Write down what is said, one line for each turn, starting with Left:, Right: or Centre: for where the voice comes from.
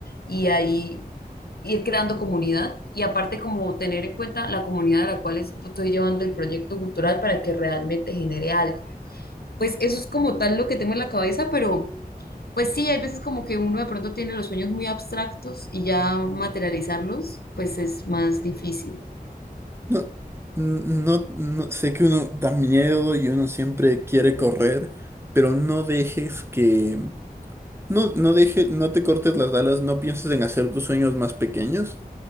Left: y ahí ir creando comunidad y aparte como tener en cuenta la comunidad a la cual estoy llevando el proyecto cultural para que realmente genere algo pues eso es como tal lo que tengo en la cabeza, pero pues sí, hay veces como que uno de pronto tiene los sueños muy abstractos y ya materializarlos, pues es más difícil.
Right: No, no, no, sé que uno da miedo y uno siempre quiere correr, pero no dejes que, no, no deje, no te cortes las alas, no pienses en hacer tus sueños más pequeños,